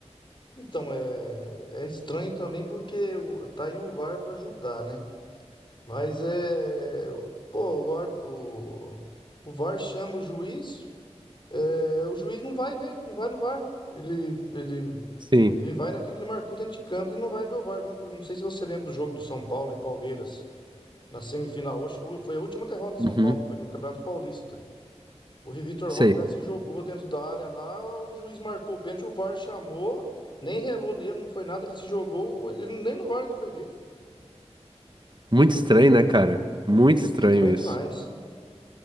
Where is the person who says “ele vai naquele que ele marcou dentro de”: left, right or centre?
Left